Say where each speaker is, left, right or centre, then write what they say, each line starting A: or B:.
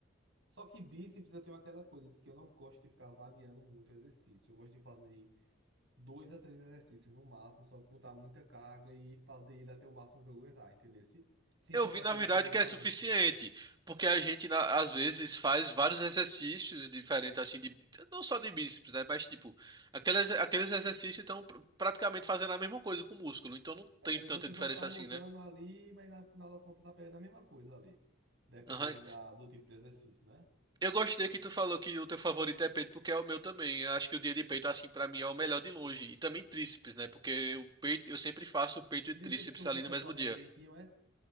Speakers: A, on the right; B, on the right.
A: Só que bíceps eu tenho aquela coisa de que eu não gosto de ficar variando muito o exercício. Eu gosto de fazer dois a três exercícios no máximo, só que botar muita carga e fazer ele até o máximo que eu aguentar, entendeu? Se- Sem
B: Eu
A: ficar
B: vi, na
A: tendo
B: verdade,
A: que mudar
B: que é suficiente,
A: muito.
B: porque a gente, na- às vezes, faz vários exercícios diferentes, assim, de, não só de bíceps, né? Mas, tipo, aqueles, aqueles exercícios estão pr- praticamente fazendo a mesma coisa com o músculo, então não
A: É,
B: tem tanta
A: você
B: diferença
A: só tá mudando
B: assim, né?
A: ali, mas na final das contas tá pegando a mesma coisa ali, dependendo
B: Aham,
A: da, do tipo de exercício, né?
B: Eu gostei que tu falou que o teu favorito é peito, porque é o meu também. Eu acho que o dia de peito, assim, pra mim é o melhor de longe. E também tríceps, né? Porque o peito, eu sempre faço o peito
A: Tríceps
B: e tríceps
A: tu
B: ali
A: consegue
B: no mesmo
A: fazer
B: dia.
A: direitinho, é?